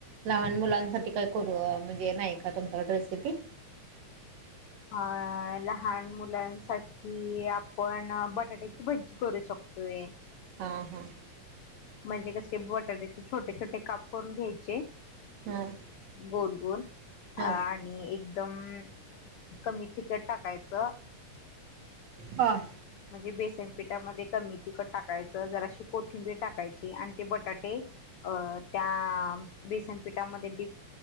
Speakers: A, on the right (about 65°); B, on the left (about 80°).
A: लहान मुलांसाठी काय करू म्हणजे नाही का तुमच्याकडे रेसिपी?
B: हा. लहान मुलांसाठी आपण बटाट्याची भजी करू शकतोय.
A: हा हा.
B: म्हणजे कसे बटाट्याचे छोटे छोटे काप करून घ्यायचे,
A: हां
B: गोल गोल
A: हां
B: आणि एकदम कमी तिकट टाकायचं.
A: ह.
B: म्हणजे बेसनपीठामध्ये कमी तिखट टाकायचं, जराशी कोथिंबीर टाकायची आणि ते बटाटे अ त्या बेसनपिठामध्ये डीप